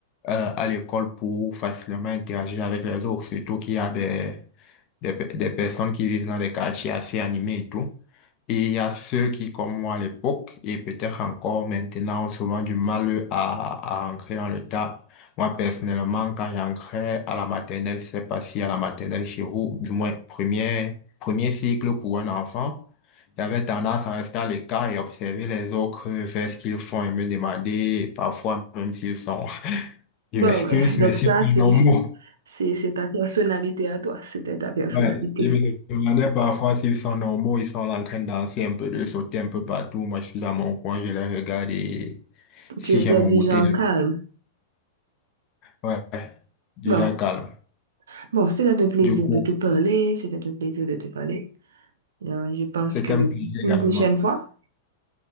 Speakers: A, on the left; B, on the right.
A: euh, à l'école pour facilement interagir avec les autres, surtout qu'il y a des, des, pe- des personnes qui vivent dans des quartiers assez animés et tout. Et il y a ceux qui, comme moi à l'époque, et peut-être encore maintenant, ont souvent du mal à, à ancrer dans le tas. Moi, personnellement, quand j'ancrais à la maternelle, c'est pas si à la maternelle chez vous, du moins premier, premier cycle pour un enfant, j'avais tendance à rester à l'écart et observer les autres faire ce qu'ils font et me demander, parfois même s'ils sont, <laughs> je
B: Bon,
A: m'excuse,
B: ouais. <laughs> Donc
A: mais s'ils
B: ça,
A: sont
B: c'est,
A: normaux.
B: c'est, c'est ta personnalité à toi. C'était ta personnalité.
A: Ouais, les me parfois s'ils sont normaux, ils sont là en train de danser un peu, de sauter un peu partout. Moi, je suis dans mon coin, je les regarde et si
B: Tu étais
A: j'ai mon
B: du
A: goûter,
B: genre
A: je-
B: calme.
A: ouais, déjà
B: Bon.
A: calme.
B: Bon, c'était un plaisir
A: Du coup,
B: de te parler. C'était un plaisir de te parler. Euh, je pense
A: c'était
B: que une
A: un plaisir également.
B: prochaine fois.